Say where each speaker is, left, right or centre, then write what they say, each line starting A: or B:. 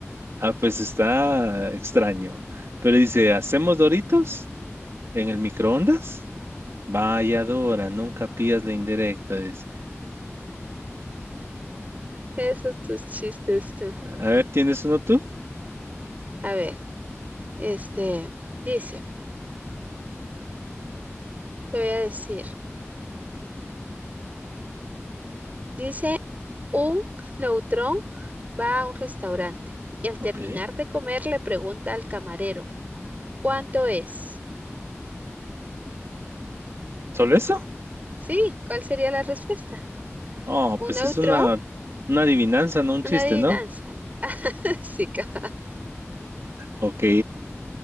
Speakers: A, on the right; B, on the right.
A: Ah, pues está extraño. Pero dice, ¿hacemos Doritos en el microondas? Vaya Dora, nunca pillas la indirecta, dice.
B: Esos tus chistes tú.
A: A ver, ¿tienes uno tú?
B: A ver, este, dice, te voy a decir, dice, un neutrón va a un restaurante y al
A: Ok.
B: terminar de comer le pregunta al camarero, ¿cuánto es?
A: ¿Solo eso?
B: Sí, ¿cuál sería la respuesta?
A: Oh,
B: Un
A: pues
B: neutrón,
A: es una, una adivinanza, no un chiste,
B: una adivinanza.
A: ¿no?
B: <laughs> Sí, cabal.
A: Ok.